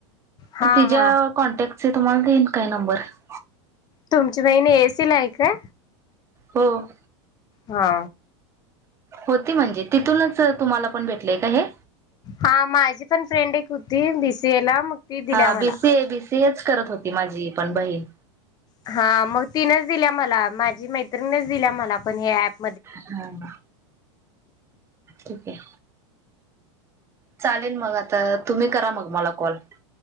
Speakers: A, on the left; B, on the right.
A: हा
B: तर तिच्या
A: हा
B: कॉन्टॅक्ट तुम्हाला देन काही नंबर <unintelligible>
A: तुमची बहिणएसीला आहे का
B: हो-
A: हा
B: होती म्हणजे तिथूनच तुम्हाला, पण भेटलेय का हे
A: हा माझी पण फ्रेंड एक होती बी, सी, एला, मग ती
B: हा
A: दिल्या मला
B: बीसी ए, बीसी एच, करत होती माझी पण बहीण.
A: हा मग तिनच दिल्या मला माझी मैत्रिणीणच दिल्या मला पण हे ऍप
B: हा, ठीक आहे, चालेल मला आता तुम्ही करा मग मला कॉल